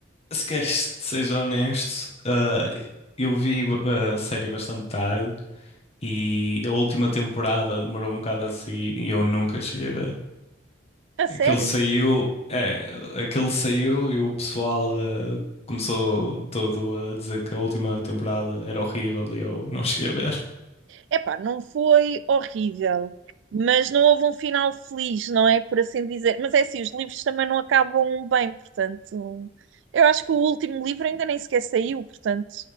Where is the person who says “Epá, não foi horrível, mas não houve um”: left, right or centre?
Right